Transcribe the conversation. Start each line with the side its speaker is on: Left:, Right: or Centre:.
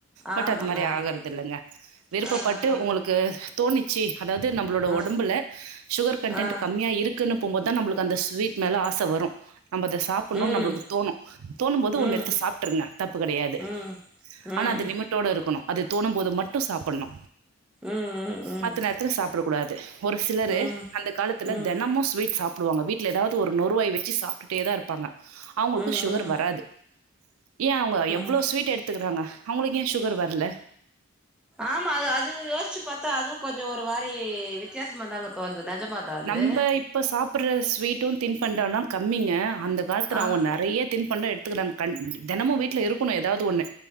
Right: பட்
Centre: ஆமாங்க
Right: அது மாரி
Centre: ஆமாங்க
Right: ஆகறதில்லங்க விருப்பப்பட்டு
Centre: ஆ ஆ
Right: உங்ளுக்கு தோணிச்சு அதாவது நம்மளோட
Centre: ஆ
Right: உடம்புல
Centre: ஆ
Right: சுகர் கண்ட்டென்ட்
Centre: ஆ
Right: கம்மியா இருக்குன்னு போபோதுதா நம்ளுக் அந்த ஸ்வீட் மேலே ஆச வரு நம்ம அத சாப்புடுணுனு
Centre: ம்
Right: நம்ளுக்கு தோணு தோணும்போது ஒன்னு
Centre: ம்
Right: எடுத்து சாப்ட்டுருங்க தப்பு கெடையாது
Centre: ம் ம்
Right: ஆனா அது லிமிட்டோட இருக்கணு அது தோணும்போது மட்டு சாப்படுணு
Centre: ம் ம் ம்
Right: மத்த நேரத்துல சாப்ட கூடாது ஒரு சிலரு
Centre: ம்
Right: அந்த காலத்துல
Centre: ம்
Right: தெனமு ஸ்வீட் சாப் புடுவாங்க வீட்ல ஏதாவது ஒரு நொருவாய் வச்சு சாப்ட்டுட்டே தா இரு ப்பாங்க அவங்ளுக்கு
Centre: ம்
Right: சுகர்
Centre: ம்
Right: வராது ஏ அவங்க எவ்ளோ
Centre: ம்
Right: ஸ்வீட் எடுத்துக்கறாங்க அவங்ளுக்கு ஏ சுகர் வரல
Centre: ஆமா அது யோசிச்சு பாத்தா அதுவு கொஞ்சோ ஒரு மாரி வித்தியாசமாதாங்க தோணுது நெஜமாதா அது
Right: நம்ப இப்ப சாப்ட்ற ஸ்வீட்டு தின்பண்டல்லா கம்மிங்க அந்த காலத்துல
Centre: ஆ
Right: அவங்க நெறைய திண்பண்ட எடுத்துக்கறாங்க தெனமு வீட்லயிருக்கணு ஏதாவது ஒண்ணு